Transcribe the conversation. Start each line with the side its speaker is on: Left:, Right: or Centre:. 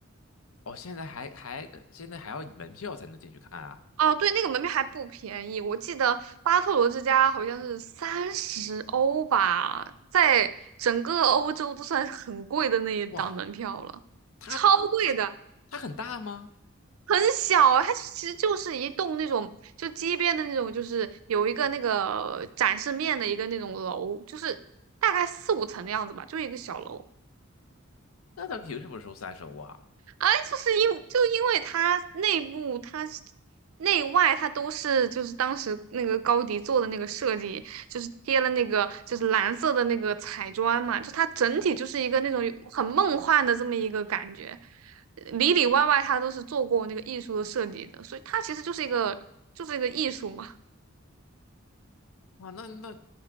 Left: 哦，现在还还呃现在还要门票才能进去看啊！
Right: 哦，对，那个门票还不便宜，我记得巴特罗之家好像是三十欧吧，在整个欧洲都算是很贵的那一档门票了，
Left: 哇，它它它很大吗？
Right: 超贵的，很小啊，它其实就是一栋那种就街边的那种，就是有一个那个展示面的一个那种楼，就是大概四五层的样子吧，就一个小楼，
Left: 那它凭什么收三十欧啊？
Right: 哎，就是因就因为它内部、它是内外它都是就是当时那个高迪做的那个设计，就是贴了那个就是蓝色的那个彩砖嘛，就它整体就是一个那种有很梦幻的这么一个感觉，里里外外它都是做过那个艺术的设计的，所以它其实就是一个就是一个艺术嘛。
Left: 哇，那那